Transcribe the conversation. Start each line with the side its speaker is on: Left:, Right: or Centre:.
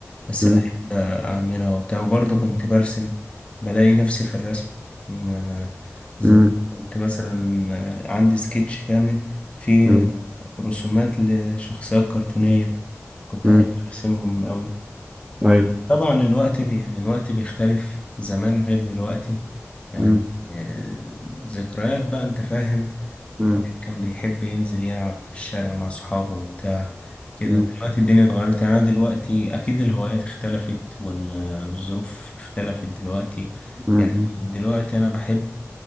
Left: بس
Right: مم.
Left: بحب آه، أعملها وبتاع وبرضه كنت برسم بلاقي نفسي في الرسم م- آه، زمان
Right: مم.
Left: كنت مثلا آه، عندي سكتش كامل فيه
Right: مم.
Left: رسومات لشخصيات كرتونية كنت
Right: مم.
Left: أحب أرسمهم أوي وطبعا
Right: أيوة
Left: الوقت بي يعني الوقت بيختلف زمان غير دلوقتي يعني
Right: مم.
Left: آه، ذكريات بقى انت فاهم
Right: مم.
Left: الواحد كان بيحب ينزل يلعب في الشارع مع صحابه وبتاع كده
Right: مم.
Left: دلوقتي الدنيا اتغيرت يعني انا دلوقتي اكيد الهوايات اختلفت والظروف اختلفت دلوقتي
Right: مم.
Left: يعني دلوقتي انا بحب